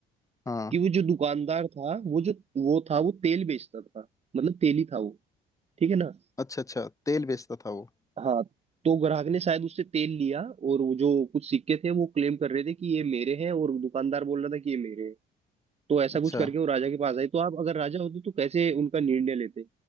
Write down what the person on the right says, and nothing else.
कि वो जो दुकानदार था वो जो वो था वो तेल बेचता था मतलब तेली था वो ठीक है ना
हाँ तो ग्राहक ने शायद उससे तेल लिया और वो जो कुछ सिक्के थे वो क्लेम कर रहे थे कि ये मेरे हैं और दुकानदार बोल रहा था कि ये मेरे हैं तो ऐसा
कुछ करके वो राजा के पास आई तो आप अगर राजा होते तो कैसे उनका निर्णय लेते